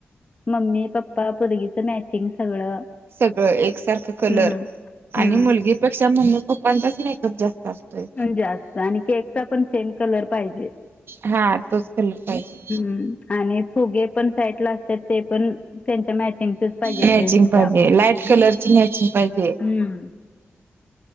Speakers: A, on the left; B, on the right.
A: मम्मी पप्पा पोरगीचं मॅचिंग सगळं
B: सगळं एकसारखं कलर
A: हम्म हम्म.
B: आणि मुलगी पेक्षा मम्मी पप्पांचाच मेकअप जास्त असतोय.
A: जास्त आणि केकचा पण सेम कलर पाहिजे.
B: हा तोच कलर पाहिजे
A: हम आणि फुगे पण साईडला असत्यात ते पण त्यांच्या मॅचिंगचेच पाहिजे
B: मॅचिंग
A: ड्रेसच्या.
B: पाहिजे लाईट कलरची मॅचिंग पाहिजे.
A: हम्म.